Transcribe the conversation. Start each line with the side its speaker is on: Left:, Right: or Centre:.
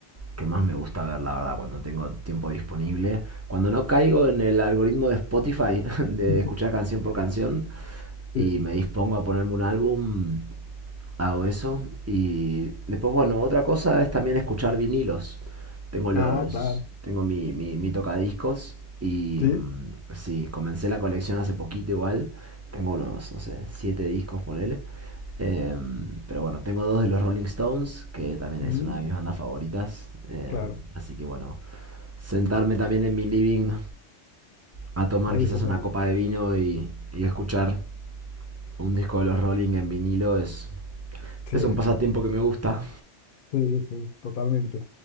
Right: que más me gusta ver, la verdad, cuando tengo tiempo disponible. Cuando no caigo en el algoritmo de Spotify <laughs> de
Left: <laughs>
Right: escuchar canción por canción
Left: Sí.
Right: y me dispongo a ponerme un álbum, Hago eso. Y después, bueno, otra cosa es también escuchar vinilos. Tengo los,
Left: Ah, claro.
Right: tengo mi, mi, mi tocadiscos y
Left: Sí.
Right: mm, sí, comencé la colección hace poquito igual. Tengo unos, no sé, siete discos, ponele. Em, pero bueno, tengo dos de los Rolling Stones, que también
Left: mm,
Right: es una de mis bandas favoritas. Em,
Left: claro.
Right: así que bueno, sentarme también en mi living a tomar
Left: Ahí
Right: quizás
Left: disfrutarlo.
Right: una copa de vino y, y escuchar un disco de los Rolling en vinilo es
Left: Sí,
Right: es un pasatiempo que me gusta.
Left: sí, sí, totalmente.